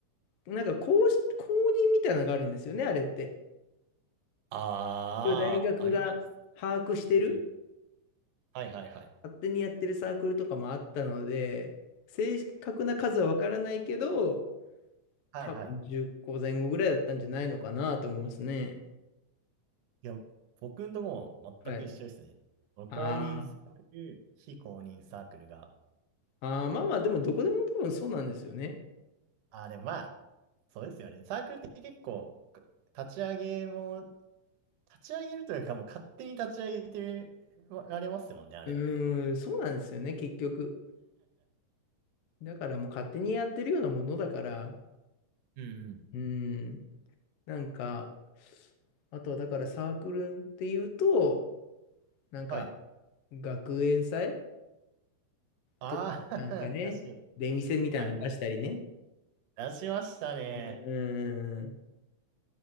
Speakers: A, on the left; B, on the right.
A: なんか公し、公認みたいなのがあるんですよね、あれって。
B: ああ、
A: 一応大学が把握してる、
B: あります。うんうん。はいはいはい。
A: 勝手にやってるサークルとかもあったので、正確な数はわからないけど、
B: はいはい。
A: 多分10個前後ぐらいだったんじゃないのかなと思いますね。
B: いや、僕のとこも全く一緒ですね。
A: はい。
B: 公認サークル、
A: あー
B: 非公認サークルが。
A: あー、まあまあ、でもどこでも多分そうなんですよね。
B: ああ、でもまあ、そうですよね。サークルって結構、か立ち上げも、立ち上げるというか、もう勝手に立ち上げてられますもんね、あれって。
A: うーん、そうなんですよね、結局。だからもう勝手にやってるようなものだから、
B: うんうん。
A: うん、なんか、あとはだからサークルっていうと、なんか
B: はい。
A: 学園祭
B: ああ、
A: とかなんかね、
B: <laughs> 懐かしい。
A: 出店みたいなの出したりね。
B: はいはい。出しましたね。
A: うん。